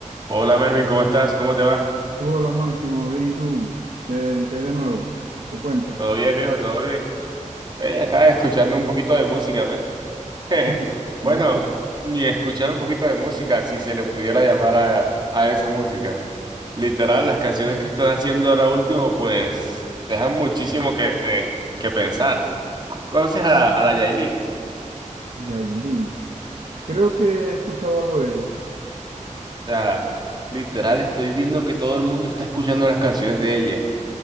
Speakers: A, on the right; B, on the right.
A: Hola Mervin, ¿cómo estás? ¿Cómo te va?
B: Hola Máximo, bien, ¿y tú? ¿Qué, qué hay de nuevo? ¿Qué cuentas?
A: ¿Todo bien, viejo? ¿Todo bien? Hey, acá escuchando un poquito de música. Bueno, <laughs>
B: Sí, ah,
A: bueno,
B: <laughs> que
A: ni escuchando un poquito de música, si se le pudiera llamar a, a eso música. Literal, las canciones que están haciendo ahora último, pues dejan muchísimo que, que pensar. ¿Conoces a, a la Yailin?
B: Yailin. Creo que he escuchado algo de ella.
A: O sea, literal, estoy viendo que todo el mundo está escuchando las canciones de ella.